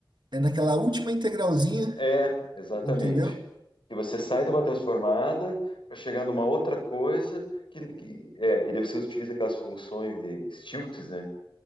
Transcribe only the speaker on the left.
É, exatamente.
Que você sai de uma transformada para chegar numa outra coisa que, que- é, e daí você utiliza aquelas funções de stilts, né?